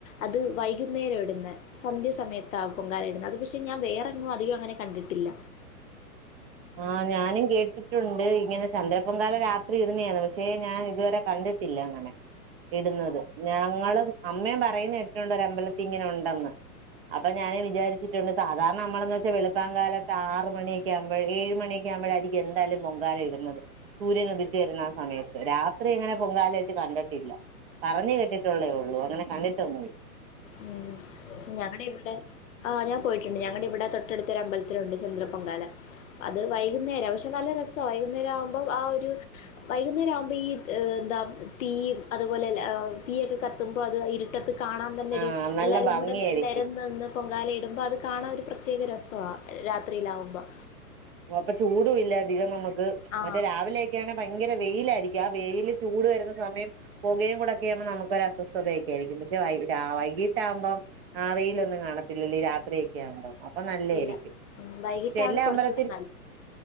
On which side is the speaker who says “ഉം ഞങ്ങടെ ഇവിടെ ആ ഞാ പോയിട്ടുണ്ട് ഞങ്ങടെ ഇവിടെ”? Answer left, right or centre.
Left